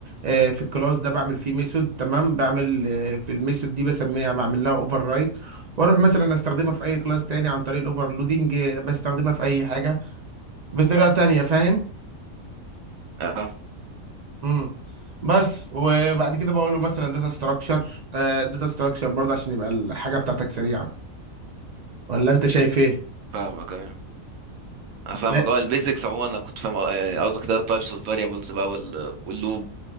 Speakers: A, on the right; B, on the right.
A: آه، في الكلاس ده بعمل فيه ميثود تمام بعمل آه، في الميثود دي بسميها بعمل لها اوفر رايت واروح مثلا استخدمها في اي كلاس تاني عن طريق الاوفرلودنج بستخدمها في اي حاجه بطريقه تانيه فاهم
B: اه
A: امم بس وبعد كده بقول له مثلا داتا ستراكشر داتا ستراكشر برضه عشان يبقى الحاجه بتاعتك سريعه ولا انت شايف ايه؟
B: فاهمك ايوه انا فاهمك
A: لا.
B: اه البيزكس عموما انا كنت فاهم آه، يعني قصدك كده التايبس والفاريبلز بقى وال- واللوب